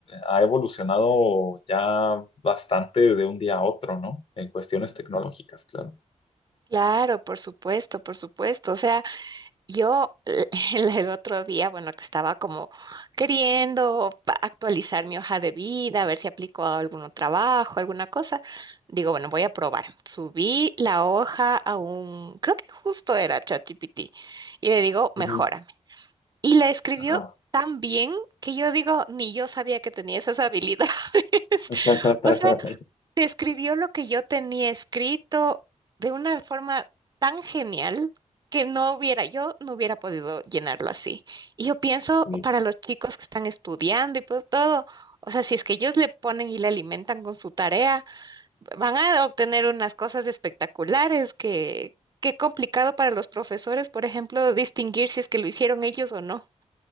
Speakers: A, on the left; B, on the right.
A: ha evolucionado ya bastante de un día a otro, ¿no? En cuestiones tecnológicas, claro.
B: Claro, por supuesto, por supuesto. O sea, yo eh, <laughs> el el otro día, bueno, que estaba como queriendo pa- actualizar mi hoja de vida, a ver si aplico a algún trabajo, alguna cosa. Digo, bueno, voy a probar. Subí la hoja a un, creo que justo era ChatGPT, y le digo, mejórame.
A: Ujú.
B: Y la escribió
A: Ajá.
B: tan bien que yo digo, ni yo sabía que tenía esas habilidades. <laughs>
A: <laughs>
B: O sea, te escribió lo que yo tenía escrito de una forma tan genial que no hubiera, yo no hubiera podido llenarlo así. Y yo pienso
A: Sí.
B: para los chicos que están estudiando y pues todo, o sea, si es que ellos le ponen y le alimentan con su tarea, van a obtener unas cosas espectaculares que, qué complicado para los profesores, por ejemplo, distinguir si es que lo hicieron ellos o no.